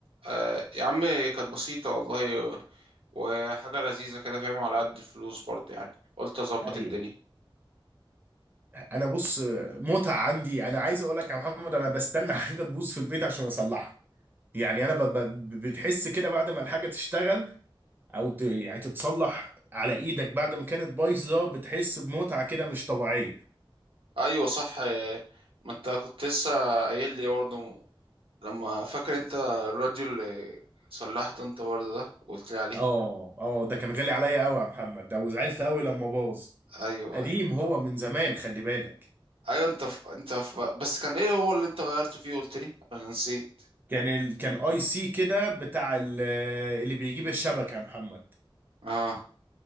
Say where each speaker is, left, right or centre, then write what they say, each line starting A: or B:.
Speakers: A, on the right; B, on the right.
A: آه يا عم كانت بسيطه والله وحاجه لذيذه كده فاهم على قد الفلوس برضه يعني قلت اظبط
B: ايوه
A: الدنيا
B: انا بص متعه عندي انا عايز اقول لك يا محمد انا بستنى <laughs> حاجه تبوظ في البيت عشان اصلحها يعني انا ب... ب... بتحس كده بعد ما الحاجه تشتغل او ت... يعني تتصلح على ايدك بعد ما كانت بايظه بتحس بمتعه كده مش طبيعيه
A: ايوه صح آه ما انت كنت لسه قايل لي برضه لما فاكر انت الراديو اللي صلحته انت برضه ده وقلت لي عليه
B: اه اه ده كان غالي عليا قوي يا محمد ده وزعلت قوي لما باظ
A: ايوه
B: قديم
A: ايوه
B: هو من زمان خلي بالك
A: ايوه انت ف... انت ف... بس كان ايه هو اللي انت غيرته فيه قلت لي انا نسيت
B: كان ال... كان اي سي كده بتاع ال... اللي بيجيب الشبكه يا محمد
A: اه